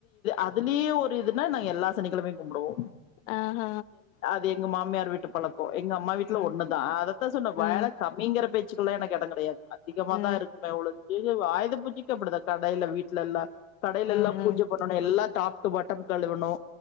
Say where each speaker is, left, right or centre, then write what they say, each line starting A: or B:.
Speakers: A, on the left; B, on the left.
A: அதுலயு ஒரு இதுனா நா எல்லா சனிக்கிழமயு கும்புடுவோ
B: ஆ ஹ
A: அது எங்க மாமியார் வீட்டு பழக்க எங்க அம்மா வீட்டுல
B: ஆ
A: ஒண்ணுதா அதத்தா சொன்ன
B: ஆ
A: வேல கம் மீங்கிற பேச்சுக்கலா எனக்கு எடம் கெடையாது அதிகமா
B: ஆ
A: தா இருக்குமே ஒழிஞ்சி தியோ ஆயுத பூஜிக்கப்படிதா கடயில வீட்லல்லா கடயில
B: ஆ
A: எல்லா பூஜ
B: ஆ
A: பண் னுன்னு எல்லா டாப் டு பாட்டம் கழுவணு